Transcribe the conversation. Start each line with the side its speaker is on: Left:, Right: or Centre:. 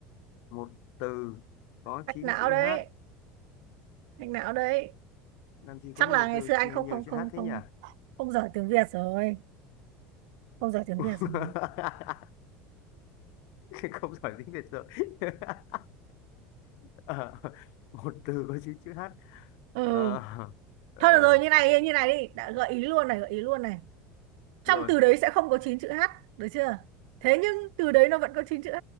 Left: một từ có 9
Right: hack não
Left: chữ
Right: đấy
Left: H
Right: hack não đấy
Left: làm gì
Right: chắc
Left: có nhiều
Right: là ngày
Left: từ
Right: xưa anh
Left: chi-
Right: không
Left: nhiều
Right: không
Left: chữ
Right: không
Left: H thế
Right: không
Left: nhỉ
Right: không giỏi tiếng Việt rồi không giỏi tiếng
Left: <laughs>
Right: Việt rồi
Left: không giỏi tiếng Việt rồi <laughs> Ờ, một từ có 9 chữ H
Right: ừ
Left: Ờ, ờ,
Right: thôi được rồi như này như này đi đã gợi ý luôn này gợi ý luôn này trong
Left: rồi
Right: từ đấy sẽ không có chín chữ h được chưa thế nhưng từ đấy nó vẫn có chín chữ h